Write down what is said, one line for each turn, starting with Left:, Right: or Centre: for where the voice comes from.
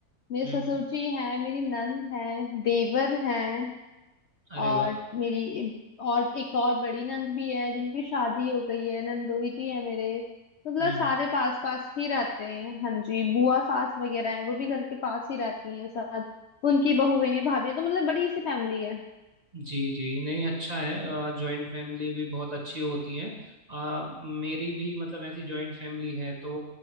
Left: मेरे
Right: हम्म
Left: ससुर
Right: हम्म,
Left: जी हैं मेरी नंद है देवर हैं
Right: अरे
Left: और
Right: वाह
Left: मेरी और एक और बड़ी नंद भी है जिनकी शादी हो गई है नंदोई जी है मेरे मतलब
Right: हम्म
Left: सारे
Right: हम्म।
Left: पास पास ही रहते हैं हाँ जी बुआ सास वगैरह है वो भी घर के पास ही रहती हैं सब उनकी बहुएं भाभी तो मतलब बड़ी सी फैमिली है
Right: जी जी नहीं अच्छा है जॉइंट फैमिली भी बहुत अच्छी होती है आ, मेरी भी मतलब ऐसी जॉइंट फैमिली है तो